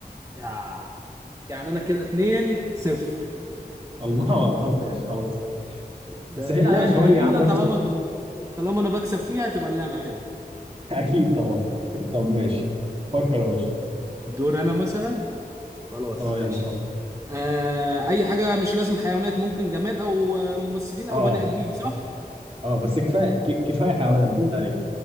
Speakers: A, on the right; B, on the right.
A: آه. يعني انا كده 2 0
B: الله ماشي خلاص
A: ده
B: سهل
A: اللعبة
B: عليها شوية
A: جميلة
B: يا عم باشا
A: طالما طالما انا بكسب فيها تبقى اللعبة حلوة
B: <laughs> أكيد طبعا طب ماشي فكر يا باشا
A: دور انا مثلا خلاص
B: اه
A: ماشي
B: يلا فكر
A: آه اي حاجة مش لازم حيوانات ممكن جماد او آه، ممثلين
B: اه
A: او بني ادمين صح
B: اه اه بس كفاية ك- كفاية حيوانات بالله عليك